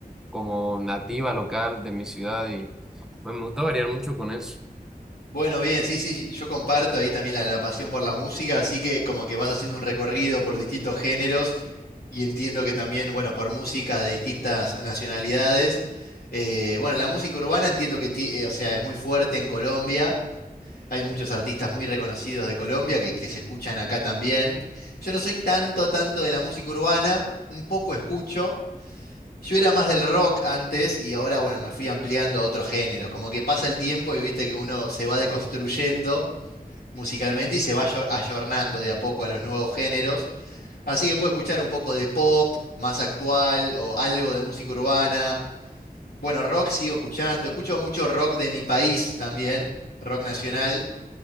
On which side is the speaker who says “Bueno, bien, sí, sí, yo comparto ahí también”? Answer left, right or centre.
Left